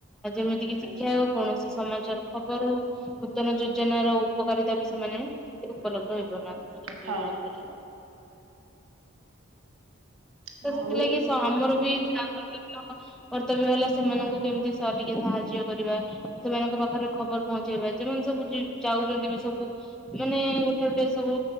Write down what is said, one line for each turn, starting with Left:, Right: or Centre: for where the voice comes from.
Centre: ଆଉ ଯେମିତି କିି ଶିକ୍ଷା
Right: ଆଚ୍ଛା
Centre: ହଉ କୌଣସି ସମାଚାର ଖବର ହଉ ନୂତନ ଯୋଜନାର ଉପକାରିତା ବି ସେମାନେ ଉପଲବ୍ଧ ହେଇ ପାରୁ ନାହାନ୍ତି।
Right: ହଁ
Centre: <unintelligible>
Right: ହଁ
Centre: କିନ୍ତୁ ସେଥିଲାଗି
Right: ଆଉ
Centre: ସ ଆମର ବି ଯହା କର୍ତ୍ତବ୍ୟ କର୍ତ୍ତବ୍ୟ ହେଲା, ସେମାନଙ୍କୁ କେମିତି ସା ଟିକେ ସାହାଯ୍ୟ କରିବା ସେମାନଙ୍କ ପାଖରେ ଖବର ପହଞ୍ଚେଇବା। ଯେମାନେ ସବୁ ଯେ ଯାଉଛନ୍ତି ବି ସବୁ ମାନେ ଗୋଟେ ଗୋଟେ ସବୁ